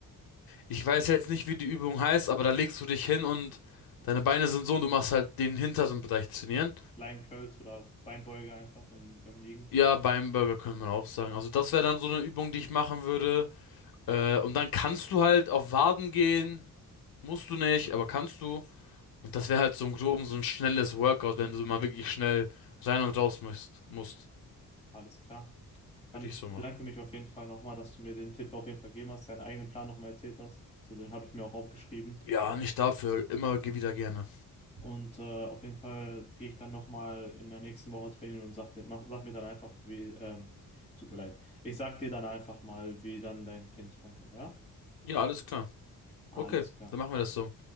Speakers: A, on the left (about 80°); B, on the left (about 20°).
A: Ich weiß jetzt nicht, wie die Übung heißt, aber da legst du dich hin und deine Beine sind so und du machst halt den hinteren Bereich trainieren.
B: Lion Curls oder Beinbeuge einfach in, im Liegen.
A: Ja, Beinburger könnte man auch sagen. Also das wäre dann so eine Übung, die ich machen würde. Äh, und dann kannst du halt auf Waden gehen. Musst du nicht, aber kannst du. Und das wäre halt so im Groben so ein schnelles Workout, wenn du mal wirklich schnell rein und raus musst. musst.
B: Alles klar. Dann
A: Würde
B: ich
A: ich so machen.
B: bedanke mich auf jeden Fall nochmal, dass du mir den Tipp auf jeden Fall gegeben hast, deinen eigenen Plan nochmal erzählt hast. So, den habe ich mir auch aufgeschrieben.
A: Ja, nicht dafür. Immer wieder gerne.
B: Und äh, auf jeden Fall gehe ich dann nochmal in der nächsten Woche trainieren und sag, dir, mach, sag mir dann einfach, wie, ähm, tut mir leid, ich sag dir dann einfach mal, wie dann dein Trainingsplan war, ja?
A: Ja, alles klar.
B: Alles
A: Okay,
B: klar.
A: dann machen wir das so.